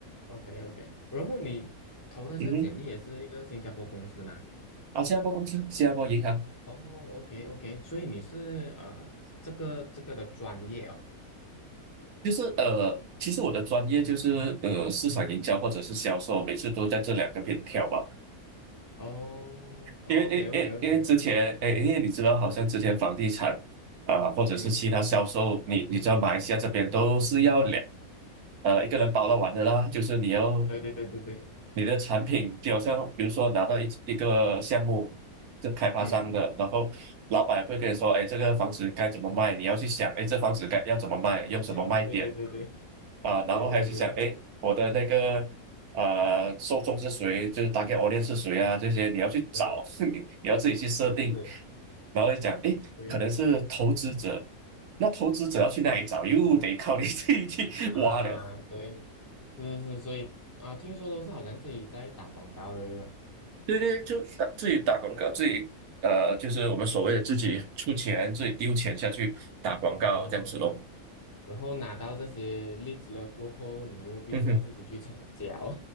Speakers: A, on the left; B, on the right.
A: ？OK OK，然后你投的这个简历也是一个新加坡公司吗？
B: 嗯哼，啊，新加坡公司，新加坡银行，
A: 哦，OK OK，所以你是呃这个这个的专业哦。
B: 就是呃，其实我的专业就是呃市场营销或者是销售，每次都在这两个边跳吧，
A: 嗯。哦哦，OK，OK，OK，
B: 因为因因因为之前，哎，因为你知道，好像之前房地产啊、或者是其他销售，
A: 嗯，
B: 你你知道马来西亚这边都是要两呃一个人包到完的啦，就是你要
A: 对对对对对，
B: 你的产品，就好像比如说拿到一一个项目，这开发商的，
A: 嗯，
B: 然后老板会跟你说，哎，这个房子该怎么卖，你要去想，哎，这房子该要怎么卖，用什么卖点
A: 啊，对对对对
B: 啊、然后还要去想，
A: 对对对对，
B: 哎，我的那个呃受众是谁，就是大概 r g e audience 是谁啊，这些你要去找，
A: 对，
B: <laughs> 你你要自己去设定，
A: 是，
B: 然后就讲，诶，
A: 对
B: 可能是投资者，那投资者要去哪里找，又得靠你 <laughs> 自己去挖了。
A: 啊，对，是是，所以啊，听说都是好像自己在打广告的，对吧？
B: 对对，就打自己打广告，自己呃，就是我们所谓的自己出钱，自己丢钱下去打广告这样子咯。
A: 哦，然后拿到这些例子了过后，你又必须要自己去成交，
B: <laughs>